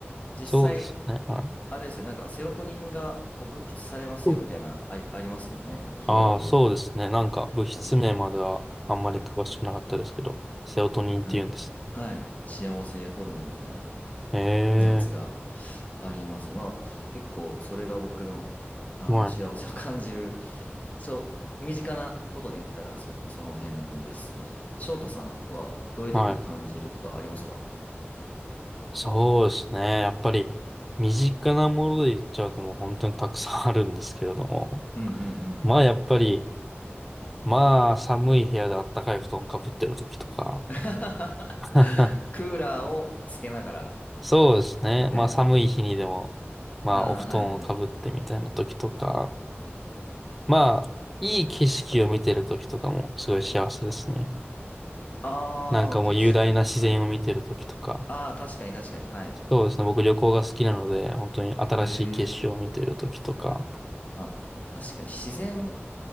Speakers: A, on the left; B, in the centre.
A: 実際、
B: そうですね。は
A: あれですよね、なんかセロトニンがこう分泌されますよみたいな、
B: い。
A: あり、ありますもんね。日を浴びると。
B: ああ、そうですね。なんか物質名まではあんまり詳しくなかったですけど、
A: 確か。
B: セロトニンって言うんですね。
A: なんか、はい。幸せホルモンみたいな
B: え
A: やつが
B: え、
A: あります。まあ、結構それが僕の、あの、
B: はい。
A: 幸せを感じる。そう、身近なことで言ったらそ、その辺ですね。翔太さんはどういう時感じるとかありますか
B: はい。そうですね。やっぱり身近なもので言っちゃうともう本当にたくさんあるんですけれども。
A: うんうんうん。
B: まあやっぱり、まあ寒い部屋であったかい布団かぶってる時とか。
A: <laughs>
B: <laughs>
A: クーラーをつけながら、
B: そうですね。
A: みたいな。
B: まあ寒い日にでも、まあお布団をかぶってみたいな時とか。
A: ああ、はいはい
B: まあ、いい景色を見てる時とかもすごい幸せですね。
A: ああ、
B: なんかもう雄大な自然を見てる時とか、
A: 景色。はい。ああ、確かに確かに。はい。
B: そうですね、僕旅行が好きなので、本当に新しい景色を見てる時とか、
A: へえ。あ、確かに自然っ